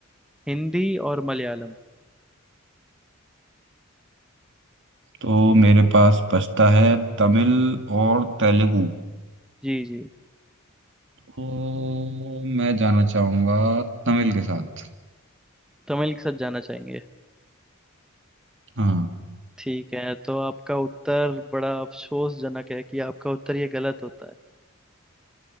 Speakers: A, in the centre; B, on the right (about 60°).
A: हिंदी और मलयालम
B: तो मेरे पास बचता है तमिल और तेलुगु
A: जी जी
B: तो मैं जाना चाहूंगा तमिल के साथ
A: तमिल के साथ जाना चाहेंगे
B: हाँ
A: ठीक है तो आपका उत्तर बड़ा अफसोसजनक है कि आपका उत्तर ये गलत होता है